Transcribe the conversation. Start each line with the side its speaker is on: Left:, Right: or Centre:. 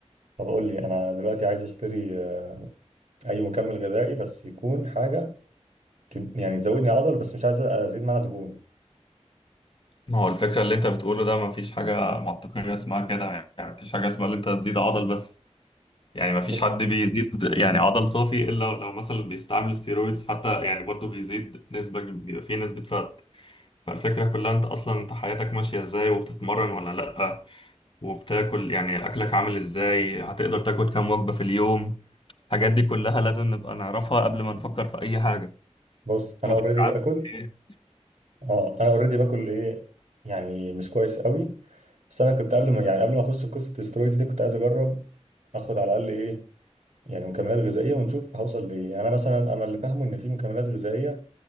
Right: طب قول لي انا دلوقتي عايز اشتري آه، اي مكمل غذائي بس يكون حاجه تد- يعني تزودني عضل بس مش عايز ازيد معاها دهون
Left: ما هو الفكره اللي انت بتقوله ده مفيش حاجه منطقيه اسمها كده يعني مفيش حاجه اسمها اللي انت تزيد عضل بس يعني مفيش
Right: ليه
Left: حد بيزيد يعني عضل صافي الا لو مثلا بيستعمل ستيرويدز حتى يعني برضه بيزيد نسبه بيبقى فيه نسبه فات فالفكره كلها انت اصلا انت حياتك ماشيه ازاي وبتتمرن ولا لا وبتاكل يعني اكلك عامل ازاي هتقدر تاكل كام وجبة في اليوم الحاجات دي كلها لازم نبقى نعرفها قبل ما نفكر في اي حاجة
Right: بص انا
Left: شغلك
Right: اوريدي
Left: عامل
Right: باكل
Left: ايه
Right: اه انا اوريدي باكل ايه يعني مش كويس قوي بس انا كنت قبل ما يعني قبل ما اخش في قصه الاسترويدز دي كنت عايز اجرب اخد على الاقل ايه يعني مكملات غذائيه ونشوف هوصل لايه يعني انا مثلا انا اللي فاهمه ان في مكملات غذائيه